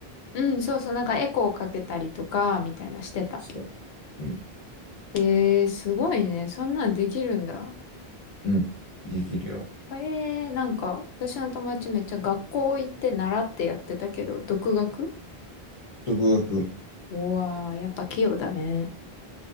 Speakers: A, on the left; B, on the left.
A: うん、そうそう。なんかエコーかけたりとか、みたいなしてた。
B: そうそう。うん、
A: ええー、すごいね。そんなんできるんだ。
B: うん、できるよ。
A: ええー、なんか、私の友達めっちゃ学校行って習ってやってたけど、独学
B: 独学、
A: うわー、やっぱ器用だね。